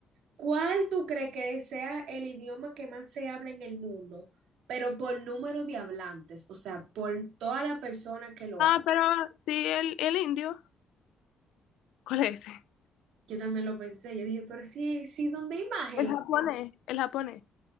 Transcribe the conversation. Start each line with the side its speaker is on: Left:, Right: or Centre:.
Right: ¿Cuál tú crees que sea el idioma que más se habla en el mundo? Pero por número de hablantes, o sea, por toda la persona que lo
Left: Ah,
Right: habla.
Left: pero sí, el, el indio. ¿Cuál es ese?
Right: Yo también lo pensé, yo dije, pero sí, sí, ¿dónde hay más gente?
Left: El japonés. El japonés.